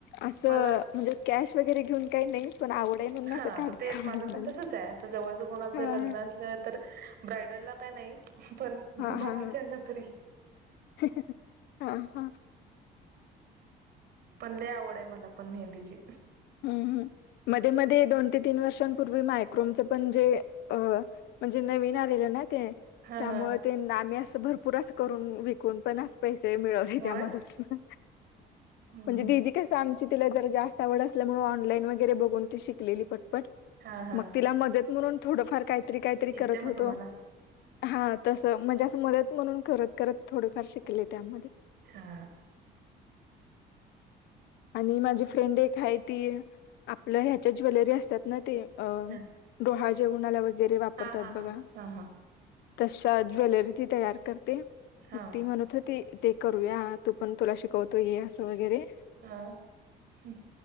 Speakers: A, on the left (about 80°); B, on the right (about 65°).
A: असं
B: मला
A: म्हणजे कॅश वगैरे घेऊन काही नाही पण आवड आहे म्हणून
B: हा
A: असं काढते
B: मग तेच
A: काढून
B: माझं
A: म्हणाले.
B: पण तसच आहे अस जवळ कोणाच
A: हां
B: लग्न
A: हां.
B: असलं तर ब्रायडलला का नाही पण
A: हां
B: बाकीच्याना
A: हां हां.
B: तरी
A: हा हा
B: पण लय आवड आहे मला पण मेहंदीची
A: हम्मम् मध्ये मध्ये दोन तीन वर्षांपूर्वी मायक्रोमच पण जे म्हणजे नवीन आलेलं नाही ते
B: हा
A: त्यामुळे
B: हा
A: ते आम्ही असं भरपूरच करून विकून पण पैसे मिळवले
B: होय
A: त्या मधुन
B: हम्म
A: म्हणजे दिदी काय सांग तिला जरा जास्त आवड असल्यामुळे ऑनलाईन वगैरे बघून ती शिकलेली पटपट
B: हा हा
A: मग तिला मदत म्हणून थोडफार काहीतरी काहीतरी
B: येते
A: करत
B: मग
A: होत
B: तुम्हाला
A: हा म्हणजे असं मदत म्हणून करत करत थोडेफार शिकले त्यामध्ये
B: हा
A: आणि माझी फ्रेंड एक आहे ती आपलं ह्याच्या ज्वेलरी असतात ना ते अ
B: हा
A: डोहाळ जेवणाला वगैरे वापरतात
B: हा हा
A: बघा
B: हा हा
A: तशा ज्वेलरी ती तयार करते
B: हा
A: मग त म्हणूत ती ते करूया तू पण तुला शिकवतो ये असं वगैरे
B: हा ह्